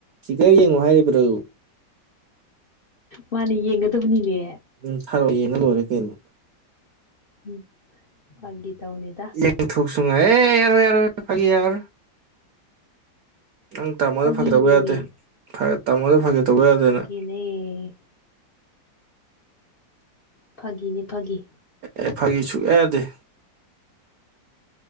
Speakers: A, on the right; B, on the left.
A: ꯐꯤꯒꯔ ꯌꯦꯡꯉꯣ ꯍꯥꯏꯔꯤꯕ꯭ꯔꯣ
B: ꯃꯥꯅꯦ ꯌꯦꯡꯒꯗꯕꯅꯤꯅꯦ
A: ꯎꯝ ꯊꯥꯔꯛꯑꫭ ꯌꯦꯡꯉ ꯂꯣꯏꯔꯦ ꯀꯩꯅꯣ
B: ꯎꯝ ꯐꯥꯒꯤ ꯒꯤ ꯇꯧꯅꯤꯗ
A: ꯍꯦꯡ ꯊꯨꯣꯛ ꯁꯨꯡꯉꯥꯏ ꯑꯦ ꯌꯥꯔꯣꯏ ꯌꯥꯔꯣꯏ ꯌꯥꯔꫭꯏ ꯐꯒꯤ ꯌꯔꯔꫭꯏ ꯅꯪ ꯇꯥꯃꯣꯗ
B: ꯐꯥꯒꯤꯅꯦ
A: ꯐꯒꯤ ꯇꯧꯕ ꯌꯥꯗꯦ
B: ꯃꯤ
A: ꯇꯥꯃꯣꯗ ꯐꯒꯦ ꯇꯧꯕ ꯌꯥꯗꯦ ꯅꯪ
B: ꯑ <unintelligible> ꯐꯥꯒꯤꯅꯦ ꯐꯥꯒꯤ
A: ꯑꯦ ꯐꯥꯒꯤ ꯁꯨꯛꯌꯥ ꯌꯗ‌ꯦ